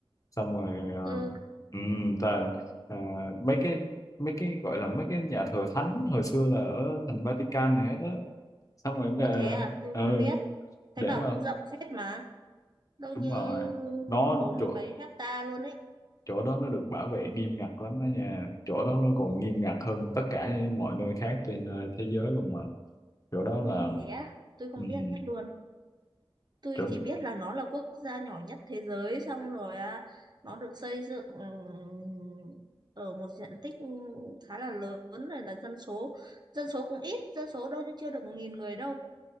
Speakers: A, on the left; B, on the right.
A: xong rồi ờ,
B: ừ
A: ừm, ta ờ, mấy cái mấy cái gọi là mấy cái nhà thờ thánh hồi xưa là ở thành Vatican này hết đó xong rồi
B: có thế à tôi
A: ờ,
B: không
A: ừ
B: biết thấy
A: để
B: bảo
A: mà
B: cũng rộng phết mà đâu như
A: đúng rồi nó
B: bốn mươi
A: trời
B: mấy hecta luôn ấy
A: chỗ đó nó được bảo vệ nghiêm ngặt lắm đó nha chỗ đó nó còn nghiêm ngặt hơn tất cả mọi nơi khác trên ờ, thế giới luôn mà chỗ đó là
B: Ui thế á, tôi không
A: ừ,
B: biết
A: ừ,
B: luôn. Tôi
A: chỗ
B: chỉ biết là nó là quốc gia nhỏ nhất thế giới xong rồi à, nó được xây dựng ừm, ở một diện tích khá là lớn này là dân số dân số cũng ít, dân số đâu như chưa được một nghìn người đâu.